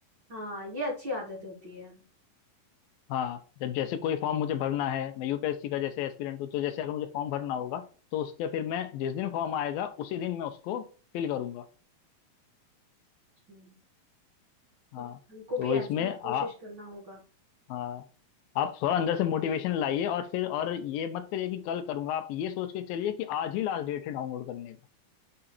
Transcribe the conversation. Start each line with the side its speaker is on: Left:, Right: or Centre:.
Right: हाँ ये अच्छी आदत होती है
Left: हाँ जब जैसे कोई फॉर्म मुझे भरना है मैं यूपीएससी का जैसे एस्पिरेंट हूँ तो जैसे अगर मुझे फॉर्म भरना होगा तो उसके फिर मैं जिस दिन फॉर्म आएगा उसी दिन मैं उसको फिल करूंगा
Right: अच्छा,
Left: हाँ
Right: तो हमको
Left: तो
Right: भी
Left: इसमें
Right: ऐसा ही कोशिश
Left: आ
Right: करना होगा
Left: हाँ आप थोड़ा अंदर से मोटिवेशन लाइए और फिर और ये मत करिए कि कल करूंगा आप ये सोच के चलिए कि आज ही लास्ट डेट है डाउनलोड करने